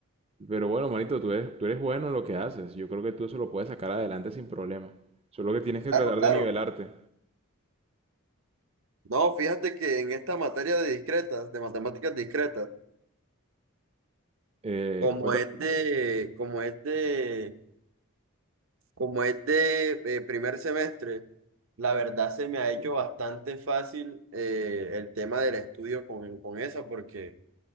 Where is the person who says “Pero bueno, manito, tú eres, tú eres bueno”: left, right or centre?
Right